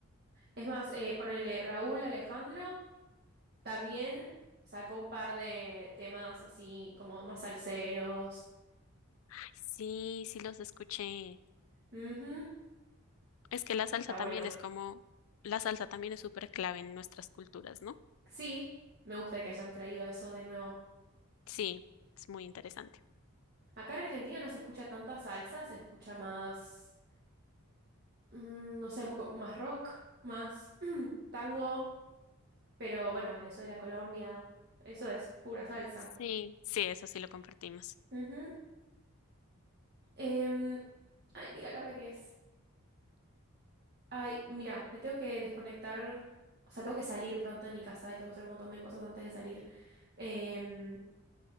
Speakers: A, on the right (about 45°); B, on the left (about 65°).
A: Es más, eh, ponele Raúl Alejandro también sacó un par de temas así como más salseros.
B: Ay, sí, sí los escuché.
A: Ujú,
B: Es que la
A: Está
B: salsa también
A: bueno.
B: es como, la salsa también es súper clave en nuestras culturas, ¿no?
A: Sí, me gusta que hayan traído eso de nuevo.
B: Sí, es muy interesante.
A: Acá en Argentina no se escucha tanta salsa, se escucha más mm, no sé, un poco más rock, más <clears throat> tango, pero bueno, Venezuela, Colombia, eso es pura salsa.
B: Sí, sí, eso sí lo compartimos.
A: Ujú. Em, ay, mira la hora que es. Ay, mira, me tengo que desconectar, o sea, tengo que salir pronto de mi casa y tengo que hacer un montón de cosas antes de salir. Em,